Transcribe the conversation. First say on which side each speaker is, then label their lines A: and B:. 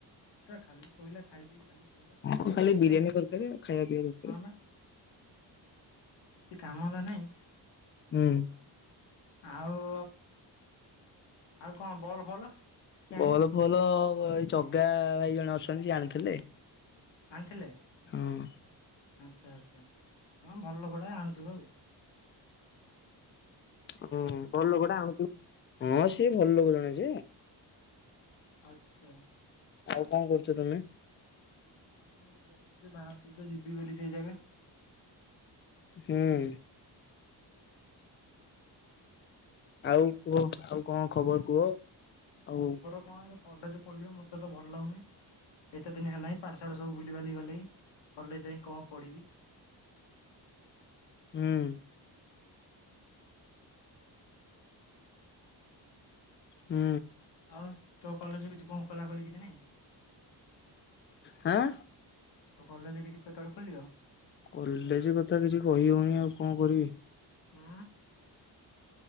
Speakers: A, on the left; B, on the left.
A: ଟା ଖାଲି ଶୋଇଲା ଖାଇ ପିଇକି ଖାଲି ଶୋଇଲା କାମ ଧନ୍ଦା
B: ଆ ଖାଲି
A: କିଛି
B: ବିରିୟାନୀ
A: ନାହିଁ
B: ଦରକାର ଖାଇବା ପିବା ଦରକାର।
A: ହଁ ବା। କିଛି କାମ ଧନ୍ଦା ନାଇଁ।
B: ହୁଁ।
A: ଆଉ ଆଉ କଣ ବଲ୍ ଫଲ କିଣିଲେ
B: ଭଲ ଫଲ ଏଇ ଜଗା ଭାଇ ଜଣେ ଅଛନ୍ତି। ସେ ଜାଣିଥିଲେ।
A: ଆଣିଥିଲେ?
B: ହଁ।
A: ଆଚ୍ଛା ଆଚ୍ଛା ହଁ ଭଲ ଲୋକଟା ଆଣୁଥିବ ଆଉ।
B: ହୁଁ ଭଲ ଲୋକଟା ଆଣୁଥିବ। ହଁ ସିଏ ଭଲ ଲୋକ ଜଣେ ଯେ
A: ଆଚ୍ଛା।
B: ଆଉ କଣ କରୁଚ ତମେ?
A: କଣ ମୁଁ ଏଇଠି ବସିଚି। ବାହାରାରୁଥିଲି ତ ଯିବି ବୋଲି ସେଇ ଜାଗା
B: ହୁଁ। ଆଉ କୁହ ଆଉ କଣ ଖବର କୁହ? ଆଉ
A: ଖବର କଣ ଏ କଲେଜ ଖୋଲିବ ମତେ ତ ଭଲ ଲାଗୁନି। ଏତେ ଦିନ ହେଲା ହିଁ। ପାଠଶାଠ ସବୁ ଭୁଲିିବାଲି ଗଲେିଁ କଲେଜ ଯାଇ କଣ ପଢ଼ିବି?
B: ହୁଁ। ହୁଁ।
A: ଆଉ ତୋ କଲେଜ କିଛି କଣ ଖୋଲା ଖୋଲି କିଛି ନାଇଁ?
B: ହାଁ?
A: ତ କଲେଜ କିଛି କେତେବେଳେ ଖୋଲିବ?
B: କଲେଜ କଥା କିଛି କହି ହଉନି ଆଉ କଣ କରିବି?
A: ହୁଁ।